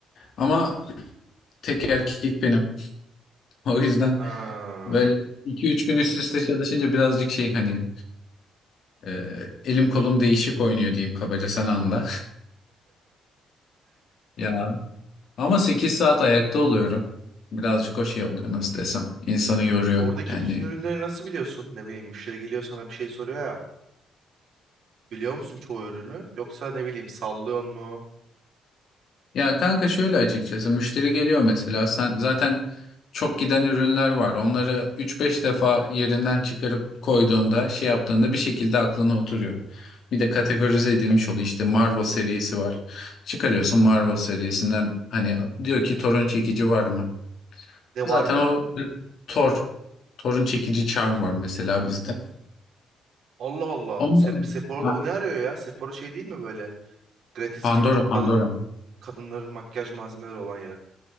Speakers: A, on the left; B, on the right.
A: Ama tek erkek benim. <laughs> O yüzden
B: Ha.
A: böyle iki üç gün üst üste çalışınca birazcık şey hani e, elim kolum değişik oynuyor diyeyim kabaca sen anla. <laughs> Ya ama 8 saat ayakta oluyorum. Birazcık o şey oluyor nasıl desem. İnsanı yoruyor.
B: Oradaki
A: Yani
B: bütün ürünleri nasıl biliyorsun? Ne bileyim müşteri geliyor sana bir şey soruyor ya. Biliyor musun çoğu ürünü? Yoksa ne bileyim sallıyor mu?
A: Ya kanka şöyle açıkçası müşteri geliyor mesela sen zaten çok giden ürünler var. Onları üç beş defa yerinden çıkarıp koyduğunda şey yaptığında bir şekilde aklına oturuyor. Bir de kategorize edilmiş oluyor işte Marvel serisi var. Çıkarıyorsun Marvel serisinden hani diyor ki torun çekici var mı?
B: Ne
A: Zaten
B: var mı?
A: o Thor, torun çekici charm var mesela bizde.
B: Allah Allah.
A: Ondan
B: Sep Sephora'da
A: Ha.
B: o ne arıyor ya? Sephora şey değil mi böyle? Gratis
A: Pandora,
B: gibi.
A: Pandora.
B: Kadın kadınların makyaj malzemeleri olan yer.